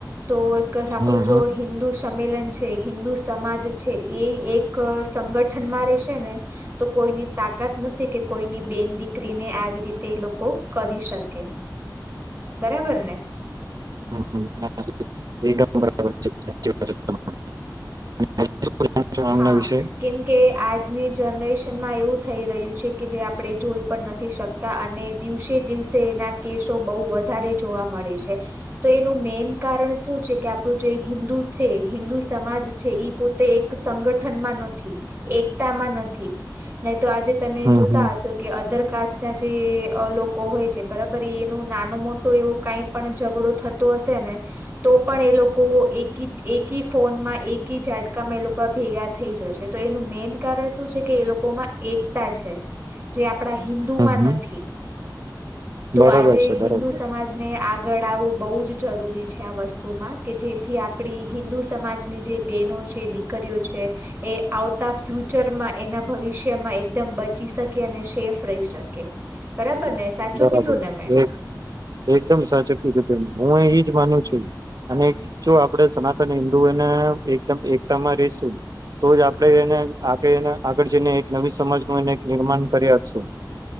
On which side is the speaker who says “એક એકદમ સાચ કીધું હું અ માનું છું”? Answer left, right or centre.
Right